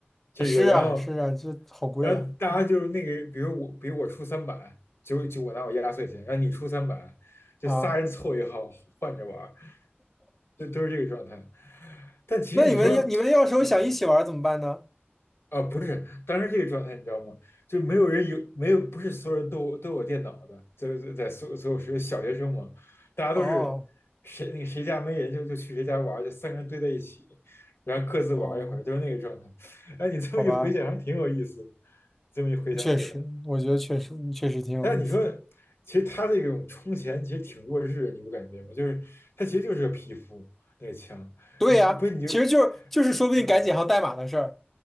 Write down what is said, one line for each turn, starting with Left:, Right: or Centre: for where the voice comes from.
Left: 这个，
Centre: 是啊，
Left: 然后，
Centre: 是啊，这好贵啊，
Left: 然后大家就是那个，
Centre: 嗯
Left: 比如我，比如我出三百，就就我拿我压岁钱，然后你出三百，就仨人凑一号换着玩儿
Centre: 啊，
Left: 就都是这个状态。但其实你说，
Centre: 那你们要你们要是有想一起玩儿怎么办呢？
Left: 嗯，啊，不是，当时这个状态你知道吗？就没有人有，没有，不是所有人都有都有电脑的，在在在所所有时候小学生嘛，大家都是谁那个谁家没人就就去谁家玩儿就三个人堆在一起，
Centre: 哦
Left: 然后各自玩儿一会儿，
Centre: 哦，
Left: 就是那个状态。哎，你这么一回想，
Centre: 好吧，
Left: 还挺有意思的这么一回想起来。
Centre: 确实，我觉得确实确实挺有意思。
Left: 但你说，其实他这种充钱其实挺弱智的，你不感觉吗？就是他其实就是个皮肤那个枪，
Centre: 对呀，
Left: 你你不是你就
Centre: 其实就是就是说不定改几行代码的事儿。
Left: 嗯